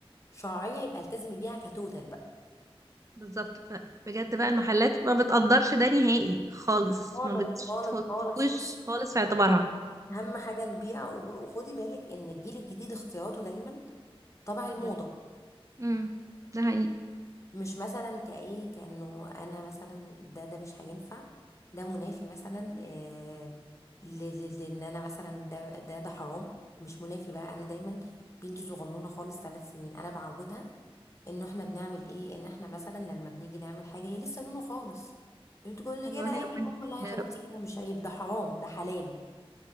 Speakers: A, on the left; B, on the right.
A: شرعية يبقى التزمي بيها كتوتال بقى
B: بالظبط ف- بجد بقى المحلات ما بتقدرش ده نهائي خالص
A: خالص
B: ما بتحطوش
A: خالص خالص بص
B: خالص في اعتبارها
A: أهم حاجة نبيع وب- وخدي بالك إن الجيل الجديد اختياراته دايما طبع الموضة
B: غريب امم ده حقيقي
A: مش مثلا كإيه كأنه أنا مثلا ده ده مش هينفع ده منافي مثلا آه ل- ل- لأن أنا مثلا ده ده ده حرام مش منافي بقى أنا دايما بنتي صغنونة خالص ثلاث سنين أنا بعودها انه احنا بنعمل ايه ان احنا مثلا لما بنيجي نعمل حاجه هي لسه نونو خالص بتقول لي
B: والله
A: كده عيب
B: ربنا
A: يا ماما لا
B: يا
A: يا حبيبتي
B: رب
A: كده مش عيب ده حرام ده حلال